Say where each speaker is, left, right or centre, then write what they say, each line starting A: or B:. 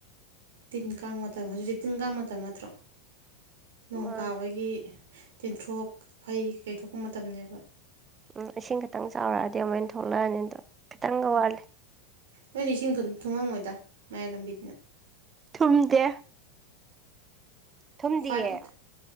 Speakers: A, on the right; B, on the right.
A: ꯇꯤꯟ ꯀꯥꯡ ꯃꯇꯝ ꯍꯧꯖꯤꯛꯁꯤ ꯇꯤꯟ ꯀꯥꯡ ꯃꯇꯝ ꯅꯠꯇ꯭ꯔꯣ ꯅꯣꯡ
B: ꯃꯥꯅꯦ
A: ꯇꯥꯕꯒꯤ ꯇꯦꯟꯊ꯭ꯔꯣꯛ ꯐꯩꯩ ꯀꯩꯊ ꯊꯣꯛꯄ ꯃꯇꯝꯅꯦꯕ
B: ꯎꯝ ꯏꯁꯤꯡ ꯈꯤꯇꯪ ꯆꯥꯎꯔꯛꯑꯗꯤ ꯑꯃꯣꯏꯅ ꯊꯣꯛꯂꯛꯑꯅꯤ ꯑꯗꯣ ꯈꯤꯇꯪꯒ ꯋꯥꯠꯂꯦ
A: ꯂꯣꯏ ꯏꯁꯤꯡ ꯊꯨꯝꯃꯝꯃꯣꯏꯗ ꯃꯌꯥꯏ ꯂꯝꯕꯤꯅꯤꯅ
B: ꯊꯨꯝꯗꯦ ꯊꯨꯝꯗꯤꯌꯦ
A: ꯈ꯭ꯇ